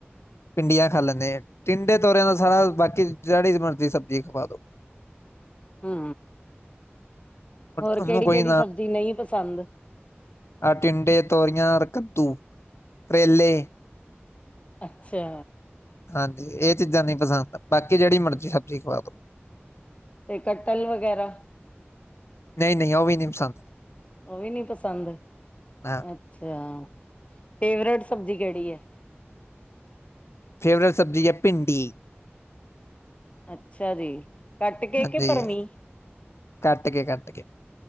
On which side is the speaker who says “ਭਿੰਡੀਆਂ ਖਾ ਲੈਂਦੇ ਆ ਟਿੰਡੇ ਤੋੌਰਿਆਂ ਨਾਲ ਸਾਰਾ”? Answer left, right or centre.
Left